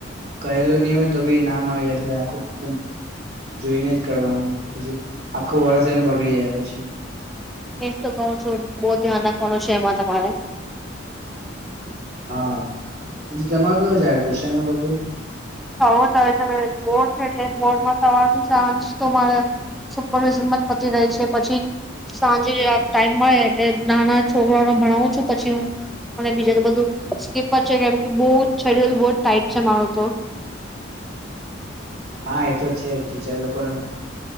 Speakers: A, on the right; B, in the centre.
A: કઈ કહેલુ નહી તો ના મળ એટલે આ ખુબ એકદમ જોઈને જ કરવાનું પછી આખું વર્ષ એનુ બગડી જાય પછી
B: એજ તો કહું છું બો ધ્યાન રાખવાનું છે એમાં તમારે
A: હા બીજું તમારુ કેવુ જાય ટ્યુશન નું બધું
B: સવ થાય છે બોડ છે એટલે બોર્ડમાં સવારથી સાંજ તો મારે સુપરવિઝનમાં જ પતિ રહે છે પછી સાંજે ટાઈમ મળે એટલે નાના છોકરાને ભણાવું છું પછી હુ અને બીજું બધું તો સ્કીપ છે કેમકે બોવ શેડ્યુલ ટાઈમ છે મારો તો
A: હા એ તો જ છે. ટીચર લોકો નો